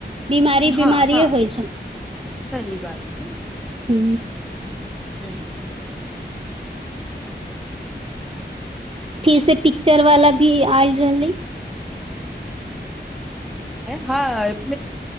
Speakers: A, on the right; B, in the centre.
A: बीमारी
B: हँ
A: बीमारिये
B: हँ
A: होइ छै
B: सही बात छै
A: हू
B: ह्म
A: फिर से पिक्चर वाला भी आयल रहलै
B: ह